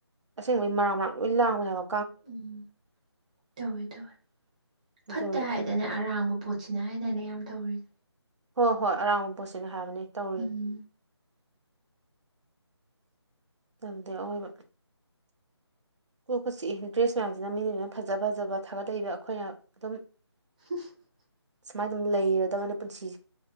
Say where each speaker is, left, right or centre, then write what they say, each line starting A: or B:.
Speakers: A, on the right; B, on the right.
A: ꯑꯁꯦꯡꯕꯩ ꯃꯔꯥꯡ ꯃꯔꯡ ꯂꯣꯏ ꯂꯥꯡꯕꯅꯦꯕꯥ
B: ꯎꯝ ꯇꯧꯋꯦ ꯇꯧꯋꯦ
A: ꯑꯗꯨꯅꯤ
B: ꯐꯠꯇꯦ ꯍꯥꯏ ꯅꯦ ꯑꯔꯥꯡꯕ ꯄꯣꯠꯁꯤꯅ ꯍꯥꯏꯗꯅ ꯌꯥꯝ ꯇꯧꯔꯤꯗ
A: ꯍꯣ ꯍꯣꯏ ꯑꯔꯥꯡꯕ ꯄꯣꯠꯁꯤꯅ ꯍꯥꯏꯕꯅꯦ ꯇꯧꯔꯤ
B: ꯎꯝ
A: ꯇꯟꯗꯦ ꯑꯋꫭꯏꯕ ꯀꯣꯛꯀ ꯆꯤꯛꯏ ꯗ꯭ꯔꯦꯁ ꯃꯌꯥꯝꯁꯤꯅ ꯃꯤꯡꯁꯤꯅ ꯐꯖ ꯐꯖꯕ ꯊꯥꯒꯠꯂꯛꯏꯕ ꯑꯩꯈꯣꯏꯅ ꯑꯗꯨꯝ
B: <unintelligible>
A: ꯁꯨꯃꯥꯏꯅ ꯑꯗꯨꯝ ꯂꯩꯔꯗꯕꯅꯤ ꯄꯨꯟꯁꯤꯁ